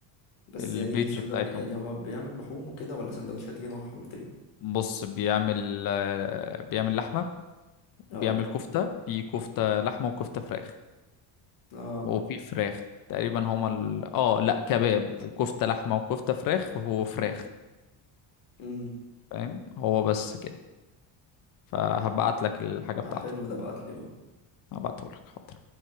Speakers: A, on the left; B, on the left.
A: بس
B: البيج
A: يعني سندو...
B: بتاعتهم
A: يعني هو بيعمل لحوم وكده ولا سندوتشات ايه نوعها قلت لي
B: بص بيعمل آه، بيعمل لحمة
A: اه
B: بيعمل كفتة في كفتة لحمة وكفتة فراخ
A: اه
B: وفي فراخ تقريبا هما ال... اه لا كباب وكفتة لحمة وكفتة فراخ وفراخ
A: امم
B: فاهم هو بس كده فهبعت لك الحاجة
A: لا
B: بتاعته
A: حلو ده بعت لي
B: هبعته لك حاضر